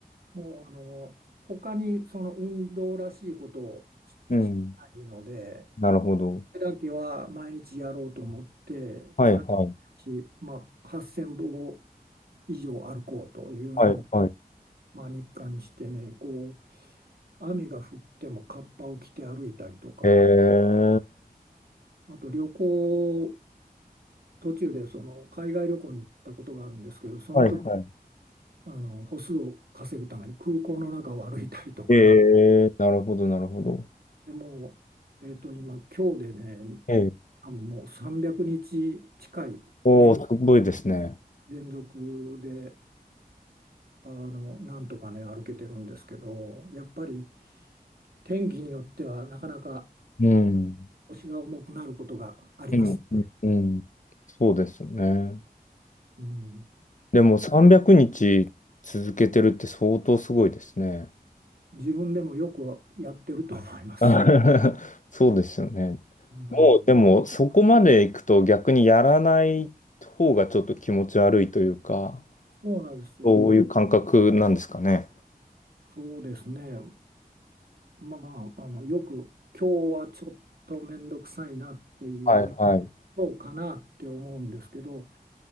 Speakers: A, on the right; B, on the left.
A: もうあの、他にその運動らしいことをししないので、
B: うん、なるほど。
A: これだけは毎日やろうと思って、
B: はいはい、
A: 毎日、まあ、8000歩以上歩こうというのを、
B: はいはい。
A: まあ、日課にしてね、こう、雨が降ってもカッパを着て歩いたりとか、
B: ええ、
A: あと旅行、途中でその海外旅行に行ったことがあるんですけど、その時、
B: はいは
A: あの、歩数を稼ぐために空港の中を歩いたりとか、
B: い。ええ、なるほど、なるほど。
A: でもう、えっと、今、今日でね、
B: ええ、
A: 多分もう300日近いで
B: おお、すごいですね。
A: 連続で、あの、なんとかね、歩けてるんですけど、やっぱり天気によってはなかなか
B: うん、
A: うん腰が重くなることがありますね。
B: うん、うん、うんそうですよね。
A: うん
B: でも300日続けてるって相当すごいですね。
A: 自分でもよくやってると思います。
B: <laughs> そうですよね。
A: はい、
B: もうでもそこまで行くと逆にやらない方がちょっと気持ち悪いというか、
A: そうなんですよ。
B: そういう感覚なんですかね。
A: そうですね。まあまあ、あの、よく今日はちょっと面倒くさいなっていう、
B: はいはい。
A: いやそうかなって思うんですけど、